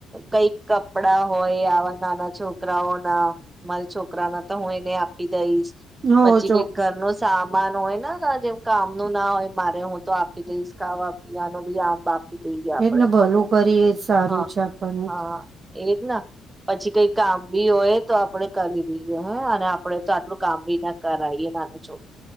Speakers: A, on the right; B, on the right.
A: કઈક કપડા હોય આવા નાના છોકરાઓના મારા છોકરાના તો હું એને આપી જઈશ
B: હો
A: પછી
B: ચોક
A: કઈક ઘર ન સામાન હોય ને ના, ના, જેમ કામ નું ના હોય મારે હું તો આપી દઈશ ખાવા પીવાનું બી આમ આપી દઈએ આપડે
B: એને ભલું
A: તો
B: કરીએ જ સારું
A: હા
B: છે આપણને
A: હા
B: તો
A: એજ ના પછી કઈ કામ બી હોય તો આપડે કરી રઈએ હે અને આપડે તો આટલું કામ બી ના કરીએ. માંગુ છો